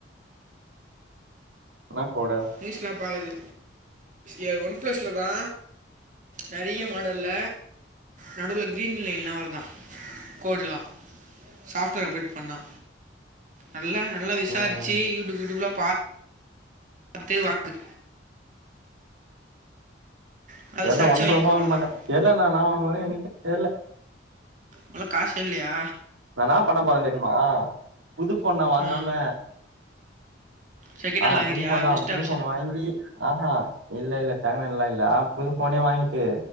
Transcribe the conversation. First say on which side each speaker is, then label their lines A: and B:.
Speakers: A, on the right; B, on the right.
A: என்னா கோடு
B: நியூஸ்லா பாக்குறது ஏ ஒன் ப்ளஸ்லதா நெறைய மாடல்ல நடுல கிரீன்லைன்லா வரு தா கோடுலா சாப்ட்வேர் அப்டேட் பண்ணா நல்லா நல்லா விசாரிச்சு
A: ம்
B: யூடியூப் யூடியூப்லா பாத்து வாங்குற்து நல்லா
A: தெர்ல
B: விசாரித்து
A: ஒன்
B: வாங்கிக்கோ
A: ப்ளஸ் வாங்க
B: அவ்வளோதான்
A: மாட்டே தெர்யல நான்னா வாங்குவேனு எனக்கே தெர்ல
B: நல்ல காசே இல்லையா
A: நா இன்ன பண்ண போறே தெரியுமா புது ஃபோன் நா வாங்காம
B: ஆ செகண்ட் ஹேண்ட்
A: ஆ
B: வாங்குறியா
A: புது ஃபோன் தா
B: பெஸ்ட்
A: புது
B: ஆப்ஷன்
A: ஃபோனு வாங்கி ஆ ஹா இல்ல இல்ல செகண்ட் ஹேண்ட்லா இல்ல ஆ புது ஃபோனே வாங்கிட்டு